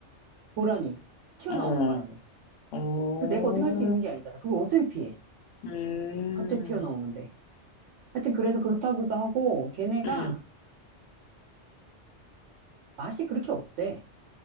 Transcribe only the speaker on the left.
어,
오,
음,
음.